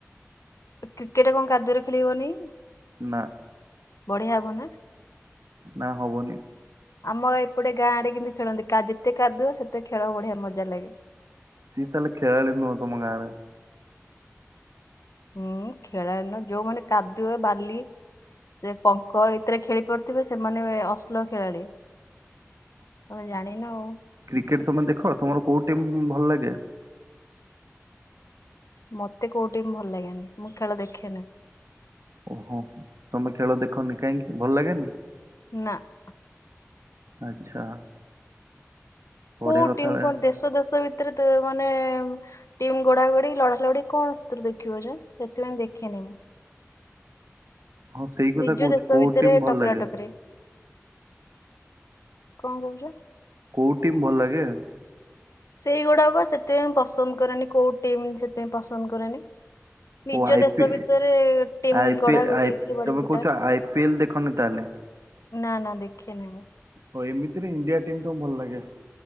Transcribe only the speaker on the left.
କ୍ରିକେଟ୍ କଣ କାଦୁଅରେ ଖେଳିହବନି?
ବଢ଼ିଆ ହବ ନା।
ଆମ ଏପଟେ ଗାଁ ଆଡ଼େ କିନ୍ତୁ ଖେଳନ୍ତି କା ଯେତେ କାଦୁଅ ସେତେ ଖେଳ ବଢ଼ିଆ ମଜା ଲାଗେ।
ହୁଁ ଖେଳାଳି ନୁହଁ ଯୋଉମାନେ କାଦୁଏ ବାଲି ସେ ପଙ୍କ ଏଥିରେ ଖେଳି ପାରୁଥିବେ ସେମାନେ ଅସ ଭଲ ଖେଳାଳି ତମେ ଜାଣିନ ଆଉ।
ମତେ କୋଉ ଟିମ୍ ଭଲ ଲାଗେନି ମୁଁ ଖେଳ ଦେଖେ ନାହିଁ।
ନାଁ।
କୋଉ
ଟିମ୍ କଣ ଦେଶ ଦେଶ ଭିତରେ ତ ମାନେ ଟିମ୍ ଗୋଡା଼ ଗୋଡ଼ି ଲଢା଼ ଲଢି଼ କଣ ସେଥିରୁ ଦେଖିବ ଯେ ସେଥିପାଇଁ ଦେଖେନି ମୁଁ।
ନିଜ
ଦେଶ
ଭିତରେ
ଟକରା
ଟକରି କଣ କହୁଛ?
ସେଗୁଡ଼ାକ ସେଥିପାଇଁ ମୁଁ ପସନ୍ଦ କରେନି କୋଉ ଟିମ୍ ସେଥିପାଇଁ ପସନ୍ଦ କରେନି। ନିଜ
ଦେଶ
ଭିତରେ ଟିମ
ଗଢ଼ା
ଗୋଢ଼ି
ହେଇକରି ବାଡି଼ଆ
ପିଟା
ନା ନା ଦେଖେନି ମୁଁ।